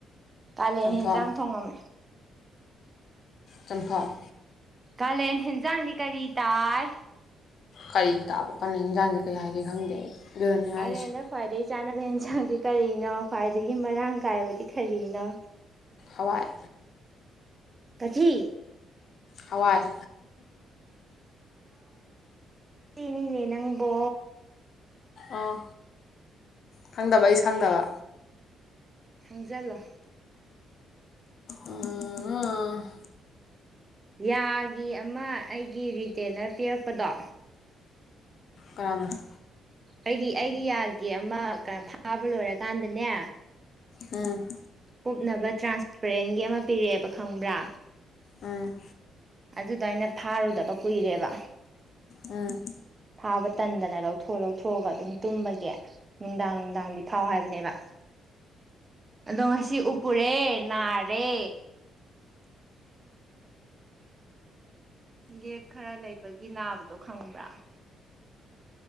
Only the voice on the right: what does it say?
ꯀꯥꯂꯦꯟ
ꯍꯦꯟꯖꯥꯡ ꯊꯣꯡꯉꯝꯃꯤ
ꯀꯥꯂꯦꯟ ꯍꯦꯟꯖꯥꯡꯗꯤ ꯀꯔꯤ ꯇꯥꯏ
ꯀꯥꯂꯦꯟꯗ ꯈꯣꯏꯗꯩꯩ ꯆꯥꯅꯕ ꯌꯦꯟꯁꯥꯡꯗꯤ ꯀꯔꯤꯅꯣ ꯈ꯭ꯋꯥꯏꯗꯒꯤ ꯃꯔꯥꯡ ꯀꯥꯏꯕꯗꯤ ꯀꯔꯤꯅꯣ
ꯀꯊꯤ
ꯇꯤꯛꯅꯤꯅꯦ ꯅꯡꯕꯣ
ꯈꯡꯖꯥꯜꯂꯣ
ꯌꯥꯒꯤ ꯑꯃ ꯑꯩꯒꯤ ꯔꯤꯇꯦꯅꯔ ꯄꯤꯔꯛꯄꯗꯣ
ꯑꯩꯒꯤ ꯑꯩꯒꯤ ꯌꯥꯒꯤ ꯑꯃ ꯀꯩꯅꯣ ꯐꯥꯕ ꯂꯣꯏꯔꯀꯥꯟꯗꯅꯦ
ꯀꯨꯞꯅꯕ ꯇ꯭ꯔꯥꯟꯁꯄꯔꯦꯟꯒꯤ ꯑꯃ ꯄꯤꯔꯛꯑꯦꯕ ꯈꯡꯕ꯭ꯔꯥ
ꯑꯗꯨꯗꯣ ꯑꯩꯅ ꯐꯥꯔꯨꯗꯕ ꯀꯨꯏꯔꯦꯕ
ꯐꯥꯕ ꯇꯟꯗꯅ ꯂꯧꯊꯣꯛ ꯂꯧꯊꯣꯛꯑꯒ ꯑꯗꯨꯝ ꯇꯨꯝꯕꯒꯤ ꯅꯨꯡꯗꯥꯡ ꯅꯨꯡꯗꯥꯡꯗꯤ ꯊꯥꯎ ꯍꯥꯏꯕꯅꯦꯕ ꯑꯗꯣ ꯉꯁꯤ ꯎꯞꯄꯔꯦ ꯅꯥꯔꯦ ꯒꯦꯞ ꯈꯔ ꯂꯩꯕꯒꯤ ꯅꯥꯕꯗꯣ ꯈꯡꯕ꯭ꯔꯥ